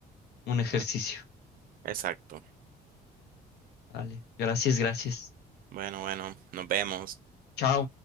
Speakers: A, on the left (about 75°); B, on the right (about 55°).
A: un ejercicio.
B: ok, Exacto.
A: Vale, gracias, gracias.
B: Bueno, bueno, nos vemos.
A: Chao.